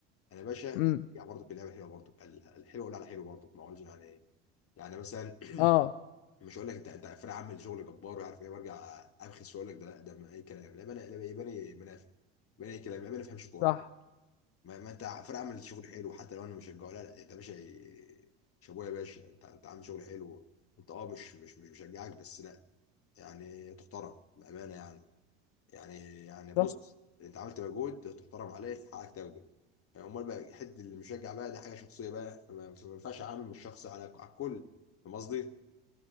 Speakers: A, on the left (about 40°); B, on the left (about 75°).
A: انا يا باشا
B: امم
A: يعني برضك اللعبه حلوه برضك ال- الحلو ولا على حلو برضك ما اقولش يعني يعني مثلا
B: اه
A: <clears throat> مش هقول لك انت انت فرق عامل شغل جبار وعارف ايه وارجع ابخس واقول لك ده لا ده ما اي كلام لا انا لا يباني منافق يباني اي كلام يباني ما فهمش كوره
B: صح
A: ما, ما انت فرق عامل شغل حلو حتى لو انا مشجعه لا لا انت يا باشا شابوه يا باشا انت انت عامل شغل حلو انت اه مش مش مش مشجعك بس لا يعني تحترم بامانه يعني يعني يعني بص
B: صح
A: انت عملت مجهود تحترم عليه حقك تاخده يعني امال بقى حته اللي مشجع بقى دي حاجه شخصيه بقى فما ما ينفعش اعمم الشخص على على الكل فاهم قصدي؟